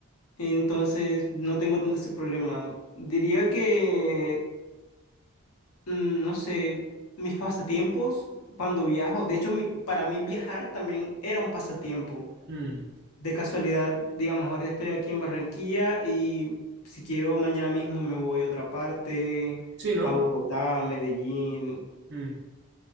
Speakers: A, on the left; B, on the right.
A: Entonces, no tengo tanto ese problema. Diría que, mm, no sé, mis pasatiempos cuando viajo, de hecho, mi- para mí viajar también era un pasatiempo.
B: Mm.
A: De casualidad, digamos, ahorita estoy aquí en Barranquilla y si quiero, mañana mismo me voy a otra parte,
B: Sí, ¿no?
A: a Bogotá, a Medellín.
B: Mm.